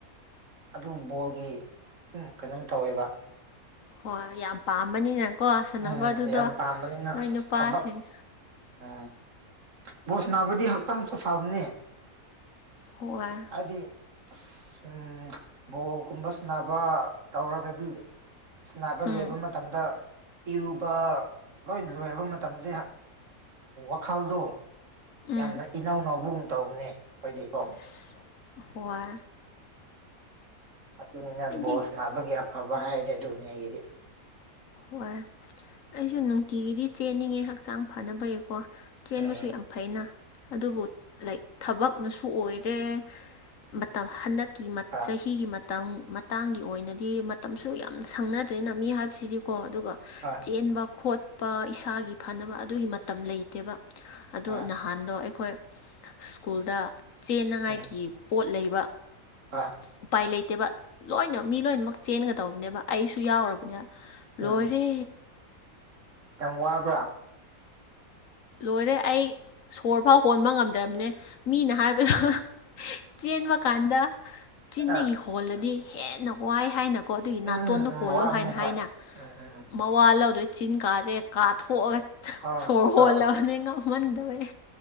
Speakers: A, on the right; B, on the left.
A: ꯑꯗꯨꯝ ꯕꯣꯜꯒꯤ ꯑꯗꯨꯝ ꯀꯩꯅꯣꯝ ꯇꯧꯋꯦꯕ
B: ꯍꯣꯏ ꯌꯥꯝ ꯄꯥꯝꯕꯅꯤꯅꯀꯣ ꯁꯥꯟꯅꯕ
A: ꯎꯝ
B: ꯑꯗꯨꯗꯣ
A: ꯌꯥꯝ ꯄꯥꯝꯕꯅꯤꯅ
B: ꯅꯣꯏ
A: ꯑꯁ
B: ꯅꯨꯄꯥꯁꯤꯡ
A: ꯊꯕꯛ ꯎꯝ ꯕꯣꯁ ꯅꯥꯕꯗꯤ ꯍꯛꯆꯥꯡꯁꯨ ꯐꯕꯅꯦ
B: ꯍꯣꯏ
A: ꯑꯗꯗꯤ ꯑꯁ ꯎ ꯕꯣꯜꯒꯨꯝꯕ ꯁꯕ ꯇꯧꯔꯒꯗꯤ ꯁꯅꯥꯕ
B: ꯎꯝ
A: ꯂꯣꯏꯕ ꯃꯇꯝꯗ ꯏꯔꯨꯕ ꯂꯣꯏ ꯂꯣꯏꯔꯕ ꯃꯇꯝꯗ ꯋꯥꯈꯜꯗꯣ
B: ꯎꯝ
A: ꯌꯥꯝꯅ ꯏꯅꯥꯎꯅꯥꯎꯧꯕꯒꯨꯝ ꯇꯧꯕꯅꯦ ꯑꯩꯈꯣꯏꯗꯤꯀꯣ
B: ꯑꯁ ꯍꯣꯏ
A: ꯑꯗꯨꯅꯤꯅ
B: ꯑꯩꯗꯤ
A: ꯕꯣꯁ ꯅꯥꯕꯒꯤ ꯑꯐꯕ ꯍꯥꯏꯔꯦ ꯑꯗꯨꯅꯦ ꯑꯩꯒꯤꯗꯤ
B: ꯍꯣꯏ ꯑꯩꯁꯨ ꯅꯨꯡꯇꯤꯒꯤꯗꯤ ꯆꯦꯟꯅꯤꯡꯉꯦ ꯍꯛꯆꯥꯡ ꯐꯅꯕꯌꯦꯀꯣ ꯆꯦꯟꯕꯁꯨ
A: ꯎꯝ
B: ꯌꯥꯝ ꯐꯩꯅ ꯑꯗꯨꯕꯨ ꯂꯥꯏꯛ ꯊꯕꯛꯅꯁꯨ ꯑꯣꯏꯔꯦ ꯃꯇꯝ ꯍꯟꯗꯛꯀꯤ
A: ꯍꯣꯏ
B: ꯆꯍꯤꯒꯤ ꯈꯤ ꯃꯇꯥꯡꯒꯤ ꯑꯣꯏꯅꯗꯤ ꯃꯇꯝꯁꯨ ꯌꯥꯝ ꯁꯪꯅꯗ꯭ꯔꯦꯅ ꯃꯤ ꯍꯥꯏꯕꯁꯤꯗꯤꯀꯣ ꯑꯗꯨꯒ
A: ꯍꯣꯏ
B: ꯆꯦꯟꯕ ꯈꯣꯠꯄ ꯏꯁꯥꯒꯤ ꯐꯅꯕ ꯑꯗꯨꯒꯤ ꯃꯇꯝ ꯂꯩꯇꯦꯕ ꯑꯗꯣ
A: ꯍꯣꯏ
B: ꯅꯍꯥꯟꯗꯣ ꯑꯩꯈꯣꯏ ꯁ꯭ꯀꯨꯜꯗ ꯆꯦꯟꯅꯉꯥꯏꯒꯤ
A: ꯎꯝ
B: ꯄꯣꯠ ꯂꯩꯕ
A: ꯍꯣꯏ
B: ꯎꯄꯥꯏ ꯂꯩꯇꯦꯕ ꯂꯣꯏꯅꯃꯛ ꯃꯤ ꯂꯣꯏꯅꯃꯛ ꯆꯦꯟꯒꯗꯧꯕꯅꯦꯕ ꯑꯩꯁꯨ ꯌꯥꯎꯔꯕꯅꯦ ꯂꯣꯏꯔꯦ
A: ꯎꯝ ꯌꯥꯝ ꯋꯥꯕ꯭ꯔꯥ
B: ꯂꯣꯏꯔꯦ ꯑꯩ ꯁꯣꯔ ꯐꯥꯎ ꯍꯣꯟꯕ ꯉꯝꯗꯦ ꯅꯦ ꯃꯤꯅ ꯍꯥꯏꯕꯗꯣ ꯆꯦꯟꯕ ꯀꯥꯟꯗ ꯆꯤꯟꯗꯒꯤ
A: ꯑ
B: ꯍꯣꯜꯂꯗꯤ ꯍꯦꯟꯅ ꯋꯥꯏ ꯍꯥꯏꯅꯀꯣ ꯑꯗꯨꯒꯤ
A: ꯎꯝ
B: ꯅꯥꯇꯣꯟꯅ
A: ꯎꯝ
B: ꯍꯣꯜꯂꯣ
A: ꯋꯥꯕꯅꯤ
B: ꯍꯥꯏꯅ
A: ꯍꯣꯏ
B: ꯍꯥꯏꯅ
A: ꯎꯝ ꯎꯝ ꯎꯝ
B: ꯃꯋꯥ ꯂꯧꯔꯣꯏ ꯆꯤꯟ ꯀꯥꯁꯦ ꯀꯥꯊꯣꯛꯑꯒ
A: ꯑ
B: ꯁꯣꯔ ꯍꯣꯜꯂꯕꯅꯦ
A: ꯑ
B: ꯉꯝꯃꯟꯗꯕꯩ